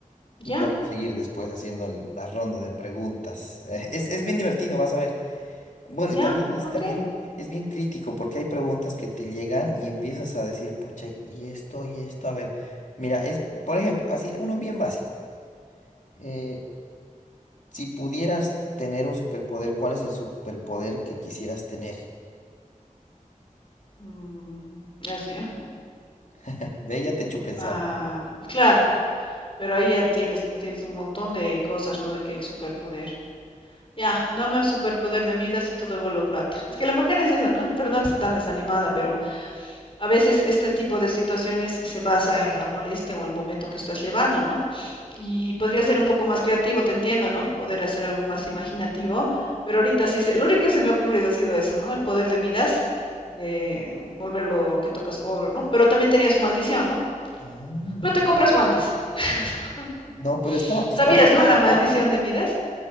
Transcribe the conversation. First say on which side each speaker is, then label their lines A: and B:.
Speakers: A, on the left; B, on the left.
A: Y
B: Ya,
A: podemos seguir después haciendo el- la ronda de preguntas. <laughs> Eh, es es bien divertido, vas a ver. Bueno,
B: ya,
A: y también es,
B: ok.
A: también es bien crítico porque hay preguntas que te llegan y empiezas a decir, pucha, y esto, y esto. A ver, mira, es, por ejemplo, así, uno bien básico. eh, si pudieras tener un superpoder, ¿cuál es el superpoder que quisieras tener?
B: Mm, así, ¿no?
A: <laughs> Ve, ya te he hecho pensar.
B: Ah, claro, Pero ahí ya tienes, tienes un montón de cosas, ¿no? De que hay superpoder. Ya, dame el superpoder de Midas y todo el vuelo plata. Es que la macana es eso, ¿no? Perdón que esté tan desanimada, pero a veces este tipo de situaciones se basa en la molestia o el momento que estás llevando, ¿no? Y podría ser un poco más creativo, te entiendo, ¿no? Poder hacer algo más imaginativo, pero ahorita sí, se, lo único que se me ha ocurrido ha sido eso, ¿no? El poder de Midas, de volver lo que tocas oro, ¿no? Pero también tenía su maldición, ¿no?
A: Ah,
B: Pero te compras guantes. <laughs> Te compras
A: no, pero está, está,
B: ¿Sabías, no? La maldición de Midas.